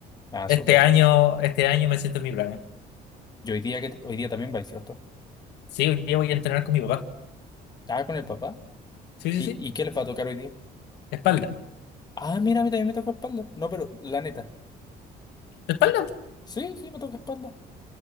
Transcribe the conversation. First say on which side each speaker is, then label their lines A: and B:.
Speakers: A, on the left; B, on the left.
A: Ah,
B: Este
A: súper.
B: año, este año me siento en mi plan.
A: Yo hoy día que hoy día también vais, ¿cierto?
B: Sí, hoy día voy a entrenar con mi papá.
A: Ah, con el papá.
B: Sí, sí,
A: ¿Y,
B: sí.
A: y qué les va a tocar hoy día?
B: Espalda.
A: Ah, mira, a mí también me toca espalda. No, pero la neta.
B: ¿Espalda?
A: Sí, sí, me toca espalda.